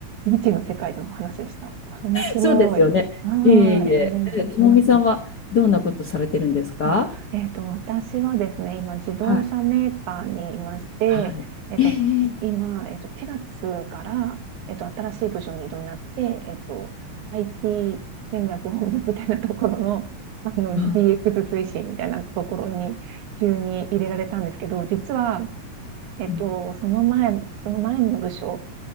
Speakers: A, on the right; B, on the left.
A: 未知の世界の話でした。面白い。
B: そうですよね。
A: はーい、
B: いえいえ。
A: 初めて聞きました。
B: えともみさんはどんなことされてるんですか
A: あ、えっと、私はですね、今、自動車メーカーにいまして、
B: はい。はい。
A: えっと、
B: ええええ
A: 今、えっと、4月から、えっと、新しい部署に異動になって、えっと、IT 戦略本部みたいなところの、あの、
B: あ
A: DX 推進みたいなところに急に入れられたんですけど、実は、えっと、
B: うん
A: その前、その前の部署